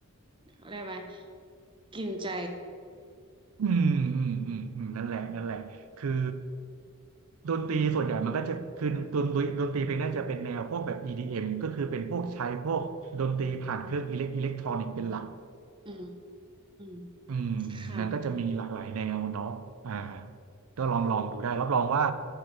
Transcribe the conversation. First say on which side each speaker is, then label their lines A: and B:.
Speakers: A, on the right (about 20°); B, on the right (about 80°).
A: อะไรวะกินใจ
B: อืมอืมอืมอืมนั่นแหละนั่นแหละคือดนตรีส่วนใหญ่มันก็จะคือดนตรีดนตรีเพลงน่าจะเป็นแนวพวกแบบ EDM ก็คือเป็นพวกใช้พวกดนตรีผ่านเครื่องอิเล็กอิเล็กทรอนิกส์เป็นหลัก
A: อืม
B: อืม
A: ค่ะ
B: นั่นก็จะมีหลากหลายแนวเนาะอ่าก็ลองลองดูได้รับรองว่า